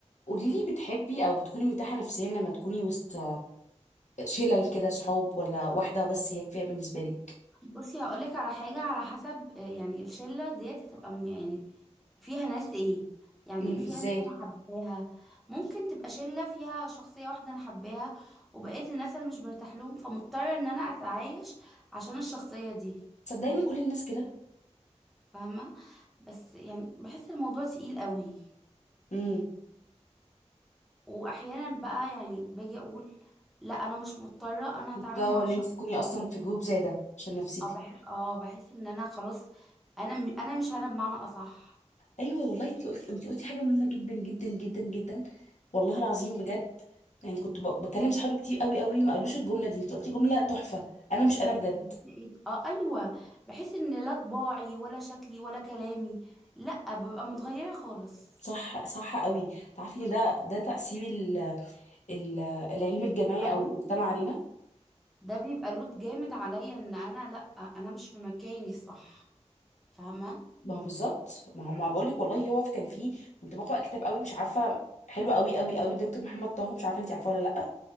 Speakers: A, on the left; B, in the centre.
A: قولي لي بتحبي او بتكوني مرتاحه نفسيا لما تكوني وسط شلل كده صحاب ولا واحده بس هي كفايه بالنسبه لك
B: بصي هقولك على حاجة على حسب آه، يعني الشلة ديت هتبقى م- يعني فيها ناس ايه يعني
A: امم
B: فيها
A: ازاي
B: ناس انا حباها ممكن تبقى شلة فيها شخصية واحدة انا حباها وبقية الناس انا مش برتاح لهم فمضطرة ان انا اتعايش عشان الشخصية دي
A: صدقيني كل الناس كده
B: فاهمة بس يعني بحس الموضوع تقيل قوي
A: امم
B: واحيانا بقى يعني باجي اقول لا انا مش مضطرة انا هتعامل
A: ده
B: مع
A: ان
B: الشخص
A: انت تكوني اصلا في جروب زي ده عشان نفسيتك
B: اه بح... اه بحس ان انا خلاص انا م... انا مش انا بمعنى اصح
A: ايوه والله انت قلت انت قلتي حاجه مهمه جدا جدا جدا جدا والله العظيم بجد يعني كنت ب... بكلم صحابي كتير قوي قوي ما قالوش الجمله دي انت قلتي جمله تحفه انا مش انا بجد
B: بقيت اه ايوه بحس ان لا طباعي ولا شكلي ولا كلامي لا ببقى متغيره خالص
A: صح صح قوي تعرفي ان ده ده تاثير ال... ال... العلم الجماعي
B: بيبقى
A: او
B: لود
A: المجتمع علينا
B: ده بيبقى لود جامد عليا ان انا لا انا مش في مكاني الصح فاهمه
A: ما هو بالظبط ما هو ما بقول لك والله هو في- كان فيه كنت بقرا كتاب قوي مش عارفه حلو قوي قوي قوي الدكتور محمد طه مش عارفه انت عارفه ولا لا